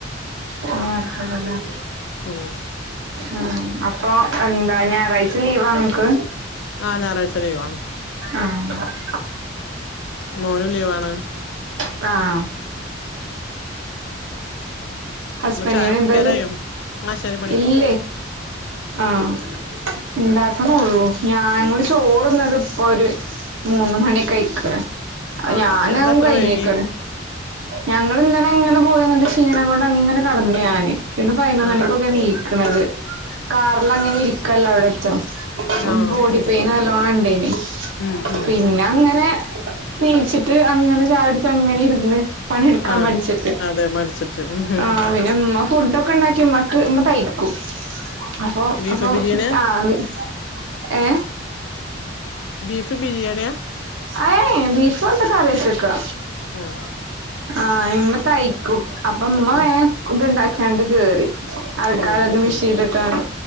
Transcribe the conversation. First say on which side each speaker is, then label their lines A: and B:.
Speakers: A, on the right; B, on the left.
A: അങ്ങെനെയാകളുള്ള
B: ഉം
A: ഉം അപ്പൊ എന്താ ഞായറാഴ്ച ലീവാ നമ്മെക്ക്.
B: ആഹ് ഞായറാഴ്ച ലീവാണ്.
A: ആഹ് ഉം
B: മോനും ലീവാണ്.
A: പ്രാം ഹസ്ബൻഡിന്
B: ഒര് ചായ കുടിക്കാറായോ?
A: എന്താ ജോ
B: ആ ശെരി ബണി.
A: ഇല്ലേ ആഹ് ഉണ്ടാക്കണേള്ളൂ. ഞാ ഞങ്ങെള് ചോറ്. പറുന്നത് ഇപ്പൊ ഒരു മൂന്നു മണി കഴിക്കണേ.
B: ആഹ്
A: ഞാനാകും
B: അത് എന്താ അത്ര
A: കഴിഞ്ഞേക്കണ്.
B: വൈകിയെ
A: ഞങ്ങളിന്നലെങ്ങനെ പോയി വന്നിട്ട് ക്ഷീണം കൊണ്ടങ്ങനെ കടന്നു ഞാന്. പിന്നെ പയ്നൊന്നണിക്കൊക്കെ
B: ആഹ്
A: നീക്ക്ണത്. കാറിലങ്ങനെരിക്കല്ലവടറ്റം.
B: ആഹ്
A: ബോഡി
B: ശരി
A: പെയിന് നല്ലോണം ഇണ്ടേനി..
B: ഉം ഉം
A: പിന്നങ്ങനെ. നീച്ചിട്ട് അങ്ങനെ ചായട്ങ്ങനെയിരുന്ന്. പണിട്ക്കാൻ
B: ആഹ്
A: മടിച്ചിട്ട്.
B: അതെ മടിച്ചിട്ട് ഉം ഉം
A: ആ പിൻ ഇമ്മ ഫുഡ്ഡ് ഒക്കെ ഉണ്ടാക്കിമ്മാക്ക്, മ്മ തയ്ക്കും. അപ്പൊ
B: ബീഫ്
A: അപ്പൊ
B: ബിരിയാണിയാ
A: ഉക്ക ആഹ് ഏ.
B: ബീഫ് ബിരിയാണ്യാ.?
A: അയേ ബീഫോണ്ട്. കറ്യേച്ചക്ക
B: ആഹ്
A: ആഹ് ഇമ്മ തയ്ക്കും. അപ്പമ്മ
B: ഉം
A: വേം ഫുഡുണ്ടാക്യാണ്ട് കേറി. അലക്കാള്ളത്
B: ഉം അത്
A: മിഷീൻല്ട്ടാണ്ട്.